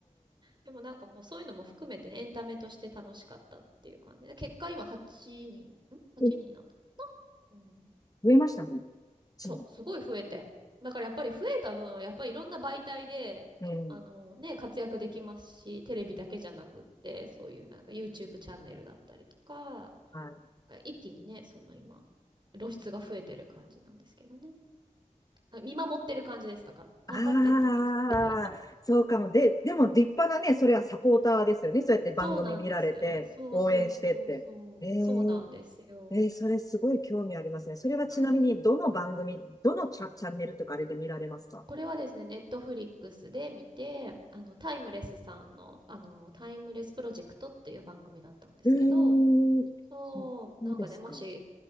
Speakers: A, on the right; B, on the left.
A: でもなんかもうそういうのも含めてね、エンタメとして楽しかったっていう感じで、結果今8人、ん ?8
B: え
A: 人になった。うん。
B: 増えましたね。ち
A: そう、すごい増えて。だからやっぱり増えた分、やっぱりいろんな媒体で、
B: うん、うん
A: あのね、活躍できますし、テレビだけじゃなくって、そういうなんか YouTube チャンネルだったりとか、
B: はい。
A: なんか一気にね、その今、露出が増えてる感じなんですけどね。あ見守ってる感じでしただから、頑張ってって感じで。
B: ああ、そうかも。で、でも立派なね、それはサポーターですよね。そうやって番組見られて、
A: そうなんですよ。そうそうそうそう。
B: 応援してって。へえ
A: そうなんですよ。
B: えーそれすごい興味ありますね。それはちなみに、
A: うん。
B: どの番組、どのチャ、チャンネルとかあれで見られますか
A: これはですね、ネットフリックスで見て、あの、タイムレスさんの、あの、タイムレスプロジェクトっていう番組だったんですけど、
B: うーん、
A: そう、
B: そそうですか。
A: なんかね、もし、
B: うん